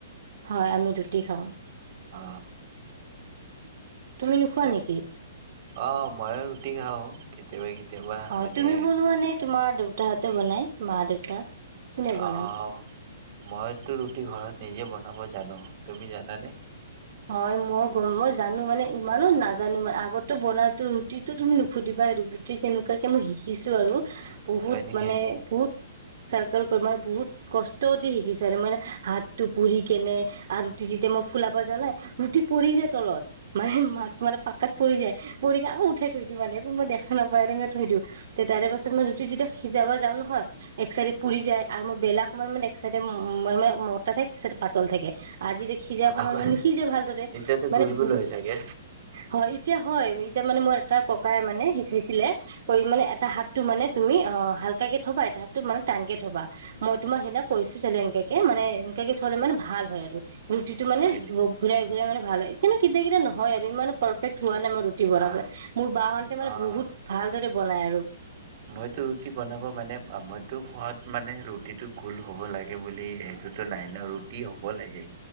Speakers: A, on the right; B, on the right.
A: হয় আমি ৰুটি খাওঁ।
B: অ
A: তুমি নোখোৱা
B: ত
A: নেকি
B: অ মই ৰুটি খাওঁ কেতিয়াবা কেতিয়াবা।
A: হয়
B: মানে
A: তুমি বনোৱা নে তোমাৰ দেউতাহঁতে বনাই। মা দেউতা কোনে বনাই
B: অও মইতো ৰুটি ঘৰত নিজে বনাব জানো তুমি জানানে।
A: হয় মই গম মই জানো মানে ইমানো নাজানো মা আগততো বনাত ত' ৰুটিটো তুমি নোহোধিবা ৰুটি কেনেকুৱাকে মই শিকিছো আৰু। বহুত
B: হয় নেকি?
A: মানে বহুত। চাৰ্কোল কাৰি মানে বহুত কষ্ট দি শিকিছে আৰু মানে হাতটো পুৰি কেনে আৰু। ফুলাব যানে নাই ৰুটি পৰি যায় তলত মানে মে পাকাত পৰি যায় পৰি আকৌ উঠাই। সেইটো মানে কোনোবা দেখা নাপায়। থৈ দিওঁ তাৰে পাছত মই ৰুটি যেতিয়া সিজাব যাওঁ নহয় এক চাইডে পুৰি যায় আৰু মই বেলা খনত মানে। চাইডে ম-ম মানে মতা থাক চাইডে পাতল থাকে। আজি যে সিজাখনত
B: আগত
A: মানে সি যে ভালদৰে
B: এতিয়াতো
A: মানে
B: গোল গোল
A: বহুত
B: হৈ চাগে
A: হয়। এতিয়া হয় এতিয়া মানে মই এটা ককাই মানে শিকাইছিলে কয় মানে এটা হাতটো মানে। তুমি অ হালকাকে থবা এটা হাত মানে টানকে থবা মই তোমাৰ সেইদিনা কৈছো যে এনকাকে মানে। <unintelligible> ৰুটিটো মানে
B: হয় নি
A: ব ঘূৰাই ঘূৰাই মানে ভাল হয় কিন্তু কেতিয়া কেতিয়া নহয় আৰু ইমান পাৰফেক্ট। খোৱা নাই মই ৰুটি বনাব
B: আহ
A: মোৰ বাহতে মানে
B: আহ
A: বহুত ভালদৰে বনাই আৰু।
B: মইতো ৰুটি বনাব মানে মইতো খোৱাত মানে ৰুটিটো গোল হ'ব লাগে বুলি এ ইটোটো নাই ন' ৰুটি হ'ব লাগে।